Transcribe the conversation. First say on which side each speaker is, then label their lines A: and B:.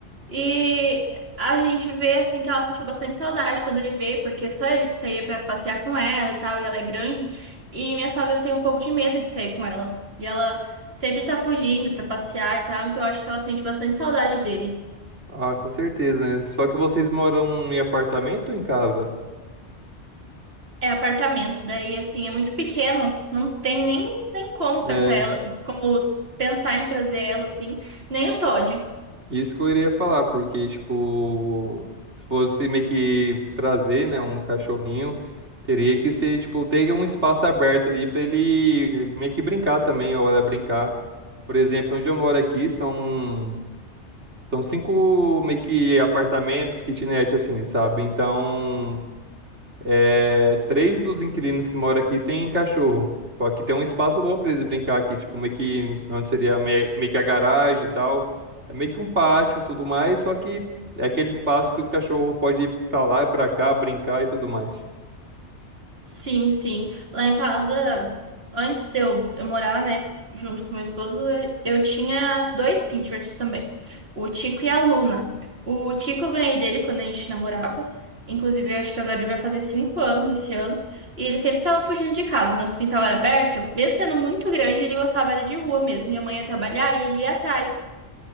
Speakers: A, on the right; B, on the right.
A: E a gente vê, assim, que ela sentiu bastante saudade quando ele veio, porque só ele saía pra passear com ela e tal, e ela é grande. E minha sogra tem um pouco de medo de sair com ela. E ela sempre tá fugindo pra passear e tal, então eu acho que ela sente bastante saudade dele.
B: Ah, com certeza, né? Só que vocês moram em apartamento ou em casa?
A: É apartamento, daí assim, é muito pequeno, não tem nem, nem como pensar
B: É,
A: ela, como pensar em trazer ela assim, nem o Todd.
B: Isso que eu iria falar, porque, tipo, se fosse meio que trazer, né, um cachorrinho, teria que ser, tipo, ter um espaço aberto ali pra ele meio que brincar também, a hora de brincar. Por exemplo, onde eu moro aqui são, são cinco meio que apartamentos, kitnet, assim, sabe? Então, é, três dos inquilinos que moram aqui tem cachorro. Só que tem um espaço bom pra eles brincar aqui, tipo, meio que onde seria me- meio que a garagem e tal. É meio que um pátio e tudo mais, só que é aquele espaço que os cachorros podem ir pra lá e pra cá, brincar e tudo mais.
A: Sim, sim. Lá em casa, antes de eu, eu morar, né, junto com meu esposo, eu, eu tinha dois Pinterest também, o Tico e a Luna. O Tico eu ganhei dele quando a gente namorava. Inclusive, eu acho que agora ele vai fazer cinco anos esse ano. E ele sempre tava fugindo de casa. Nosso quintal era aberto. Mesmo sendo muito grande, ele gostava era de rua mesmo. Minha mãe ia trabalhar e ele ia atrás.